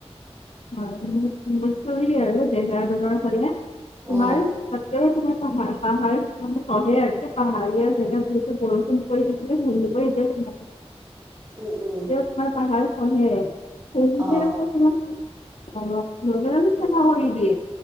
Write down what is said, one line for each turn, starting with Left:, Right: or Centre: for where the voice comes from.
Left: হয় হচৰি আৰু দেহেৰা বনৰ ফালে তোমাৰ
Right: অ
Left: <unintelligible>
Right: <unintelligible>
Left: পাহ পাহাৰ মানে পঢ়ে আৰু পাহাৰীয়া জেগাত যেহেতু বৰষুণ পৰি শুনিবই। তিয়াও
Right: উম উম
Left: তোমাৰ পাহাৰ খহে, খহি
Right: অ
Left: আকৌ তোমাৰ। অ লগো চফা হৈ দিয়ে